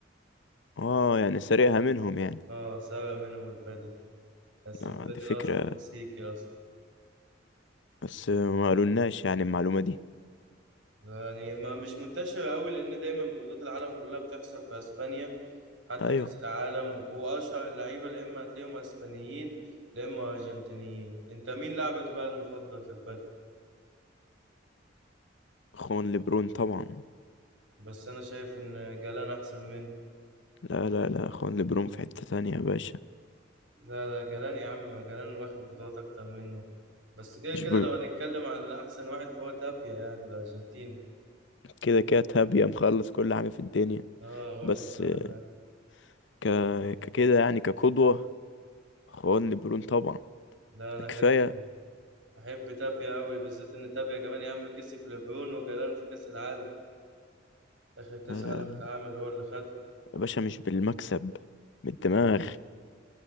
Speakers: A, on the left; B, on the right.
A: اه يعني سرقها منهم يعني
B: اه سرق منهم البادل بس
A: آه
B: البادل
A: ده فكرة
B: اصلا مكسيكي اصلا
A: بس ما قالولناش يعني المعلومة دي
B: يعني ما مش منتشرة قوي لأن دايما بطولات العالم كلها بتحصل في أسبانيا حتى
A: ايوه
B: كأس العالم وكو أشهر اللعيبة يا إما هتلاقيهم أسبانيين يا إما أرجنتينيين أنت مين لاعبك بقى المفضل في البادل؟
A: اخوان لبرون طبعا
B: بس أنا شايف إن جلان أحسن منه
A: لا لا لا اخوان لبرون في حتة تانية يا باشا
B: لا لا جلان يا عم جلان واخد بطولات أكتر منه بس كده
A: مش
B: كده
A: بل...
B: لو هنتكلم عن أحسن واحد فهو تابيا يعني الأرجنتيني
A: كده كده تابية مخلص كل حاجة في الدنيا
B: آه واخد
A: بس
B: كل
A: آه،
B: حاجة
A: ك... ككده يعني كقدوة اخوان لبرون طبعا
B: لا أنا
A: ده كفاية
B: أحب أحب تابيا أوي بالذات إن تابيا كمان يا عم كسب لبرون وجلان في كأس العالم آخر كأس
A: لا
B: عالم
A: لا لا
B: اتعمل هو اللي خد
A: يا باشا مش بالمكسب بالدماغ